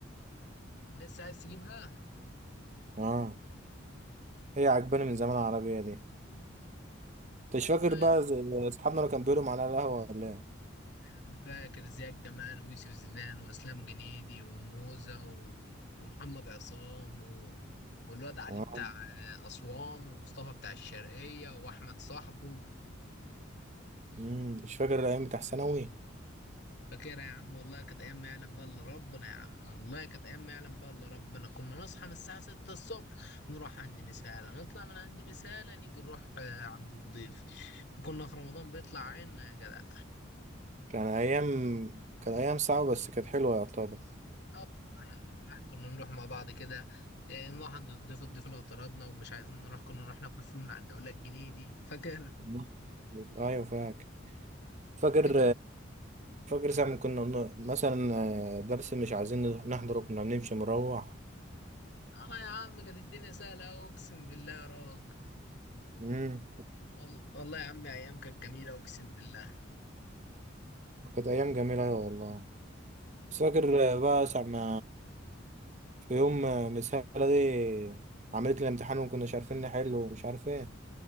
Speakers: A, on the left; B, on the right.
A: لسه عايز تجيبها
B: اه هي عجباني من زمان العربية دي انت مش
A: والله
B: فاكر بقى ز- اصحابنا اللي كانوا بيقولوا معانا على القهوة ولا ايه؟
A: انا فاكر زياد جمال ويوسف زيدان واسلام جنيدي وموزة و... ومحمد عصام و... والواد علي
B: اه
A: بتاع اسوان ومصطفى بتاع الشرقية واحمد صاحبه
B: أمم، مش فاكر الأيام بتاع ثانوي
A: فاكرها يا عم والله كانت ايام ما يعلم بقى الا ربنا يا عم والله كانت ايام ما يعلم بقى الا ربنا كنا نصحى من الساعة 6 الصبح نروح عند مسالة نطلع من عند مسالة نيجي نروح آه، عند الضيف كنا في رمضان بيطلع عنا يا جدع
B: كان أيام كان أيام صعبة بس كانت حلوة يعتبر
A: اه والله كنا نروح مع بعض كده إيه، نروح عند الضيف الضيف لو طردنا ومش عايزين نروح كنا نروح ناكل فول من على الدولة الجنيه دي فاكر
B: الله. أيوة فاكر
A: <laughs>
B: فاكر
A: كنت كده
B: فاكر ساعة ما كنا بن- مثلا آه، درس مش عايزين نحضره كنا بنمشي مروح
A: اه يا عم كانت الدنيا سهلة أهو، اقسم بالله يا راك
B: امم
A: وال- والله يا عم ايام كانت جميلة اقسم بالله
B: كانت أيام جميلة أيوة والله بس فاكر آه، بقى ساعة ما في يوم آه، مس هالة دي عملت لي امتحان وما كناش عارفين نحله ومش عارف ايه